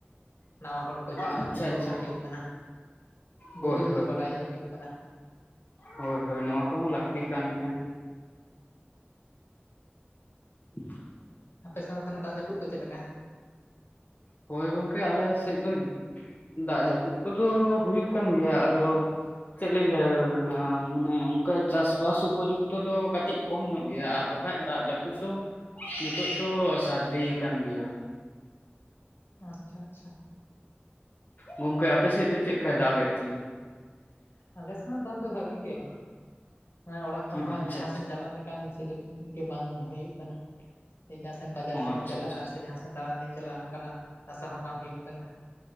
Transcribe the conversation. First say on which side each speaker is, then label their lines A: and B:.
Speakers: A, on the left; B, on the left.
A: ᱱᱟᱣᱟ ᱦᱚᱲ ᱠᱚ ᱪᱤᱱᱦᱟᱹᱯ
B: ᱟᱪᱪᱷᱟ
A: ᱩᱯᱨᱩᱢᱚᱜ
B: ᱟᱪᱪᱷᱟ
A: ᱦᱩᱭᱩᱜ ᱠᱟᱱᱟ ᱵᱩᱜᱤ
B: ᱦᱳᱭ
A: ᱡᱩᱫᱟᱹ
B: ᱦᱳᱭ
A: ᱵᱟᱰᱟᱭ ᱡᱚᱝ ᱦᱩᱭᱩᱜ ᱠᱟᱱᱟ᱾
B: ᱦᱳᱭ ᱦᱳᱭ ᱱᱚᱣᱟ ᱠᱚᱦᱚᱸ ᱞᱟᱹᱠᱛᱤ ᱠᱟᱱ ᱜᱮᱭᱟ ᱾ <inaudible>
A: ᱟᱯᱮ ᱥᱮᱫ ᱫᱚ ᱛᱟᱦᱮᱞᱮ ᱫᱟᱜ ᱡᱟᱹᱯᱩᱫ ᱠᱚ ᱪᱮᱫ ᱞᱮᱠᱟ᱾
B: ᱦᱳᱭ ᱜᱚᱝᱠᱮ ᱟᱞᱮ ᱥᱮᱫ ᱫᱚ ᱫᱟᱜ ᱡᱟᱹᱯᱩᱫ ᱠᱚᱫᱚ ᱦᱩᱭᱩᱜ ᱠᱟᱱ ᱜᱮᱭᱟ ᱟᱫᱚ᱾ ᱪᱮᱫ ᱞᱤᱧ ᱞᱟᱹᱭᱟᱵᱮᱱᱟ ᱢᱟᱱᱮ ᱚᱱᱠᱟ ᱪᱟᱥᱵᱟᱥ ᱩᱯᱚᱡᱩᱠᱛᱚ ᱫᱚ ᱠᱟᱹᱴᱤᱡ ᱠᱚᱢ ᱧᱚᱜ ᱜᱮᱭᱟ ᱟᱨ ᱵᱟᱠᱷᱟᱡ ᱫᱟᱜ ᱡᱟᱹᱯᱩᱫ ᱫᱚ ᱱᱤᱛᱚᱜ ᱫᱚ ᱥᱟᱨᱡᱤᱭ ᱟᱠᱟᱱ ᱜᱮᱭᱟ᱾
A: ᱟᱪᱪᱷᱟ ᱟᱪᱪᱷᱟ᱾
B: ᱜᱚᱝᱠᱮ ᱟᱯᱮ ᱥᱮᱫ ᱫᱚ ᱪᱮᱫᱠᱟᱭ ᱫᱟᱜᱮᱫ ᱛᱮ᱾
A: ᱟᱞᱮ ᱥᱮᱱᱟᱜ ᱫᱟᱜ ᱫᱚ ᱵᱷᱟᱜᱤ ᱜᱮ᱾ ᱢᱟᱱᱮ ᱚᱲᱟᱜ ᱠᱷᱚᱱ
B: ᱚ
A: ᱦᱚᱸ
B: ᱟᱪᱪᱷᱟ
A: ᱡᱟᱸᱦᱟᱸ
B: ᱟᱪᱪᱷᱟ
A: ᱥᱮᱱ ᱪᱟᱞᱟᱜ ᱞᱮᱠᱟᱱ ᱥᱩᱡᱳᱜ ᱜᱮ ᱵᱟᱝ ᱦᱩᱭᱩᱜ ᱠᱟᱱᱟ᱾ ᱡᱟᱸᱦᱟᱸ ᱥᱮᱱ ᱵᱟᱡᱟᱨ
B: ᱚ
A: ᱥᱮᱱ
B: ᱟᱪᱪᱷᱟ
A: ᱤᱧ ᱪᱟᱞᱟᱜᱼᱟ
B: ᱟᱪᱪᱷᱟ
A: ᱥᱮ ᱡᱟᱸᱦᱟᱸ ᱥᱮᱱ ᱫᱟᱬᱟᱱᱤᱧ ᱪᱟᱞᱟᱜᱼᱟ ᱚᱱᱠᱟᱱᱟᱜ ᱟᱥᱟ ᱦᱚᱸ ᱵᱟᱝ ᱦᱩᱭᱩᱜ ᱠᱟᱱᱟ᱾